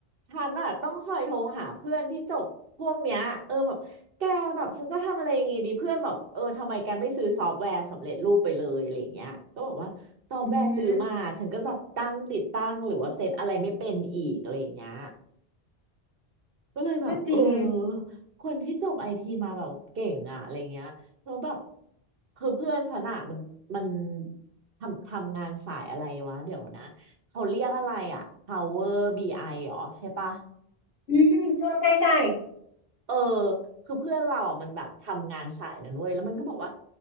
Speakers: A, on the right; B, on the left.
A: ฉันอะต้องคอยโทรหาเพื่อนที่จบพวกเนี้ยเออแบบแกแบบฉันจะทำอะไรอยังงี้ดีเพื่อนแบบเออทำไมแกไม่ซื้อซอฟต์แวร์สำเร็จรูปไปเลยอะไรอย่างเงี้ยก็บอกว่าซอฟต์แวร์ซื้อมาฉันก็แบบตั้งติดตั้งหรือว่าเซตอะไรไม่เป็นอีกอะไรอย่างเงี้ย
B: อืม
A: ก็เลยแบบเออ
B: ก็จริง
A: คนที่จบไอทีมาแบบเก่งอะอะไรเงี้ยแล้วแบบคือเพื่อนฉันอะมันมันทำทำงานสายอะไรวะเดี๋ยวนะเขาเรียกอะไรอะ Power BI เหรอใช่ปะ
B: อืมใช่ใช่ใช่
A: เออคือเพื่อนเราอ่ะมันแบบทำงานสายนั้นเว้ยแล้วมันก็บอกว่า